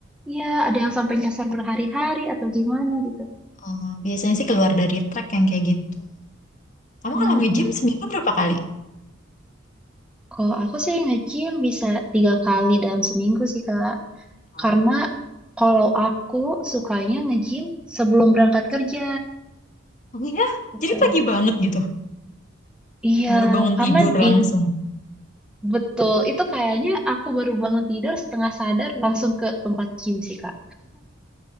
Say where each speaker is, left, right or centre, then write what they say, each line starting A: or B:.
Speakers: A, in the centre; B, on the left.
A: ya ada yang sampai nyasar berhari-hari atau gimana gitu.
B: Eh, biasanya sih keluar dari track yang kayak gitu. Kamu
A: Hmm,
B: kalau nge-gym seminggu berapa kali?
A: kalau aku sih nge-gym bisa tiga kali dalam seminggu sih, Kak.
B: Hmm.
A: Karena kalau aku sukanya nge-gym sebelum berangkat kerja
B: Aku ya,
A: gitu.
B: jadi pagi banget gitu.
A: Iya,
B: Baru bangun
A: karena
B: tidur
A: di
B: langsung.
A: betul itu kayaknya aku baru bangun tidur setengah sadar langsung ke tempat gym sih Kak.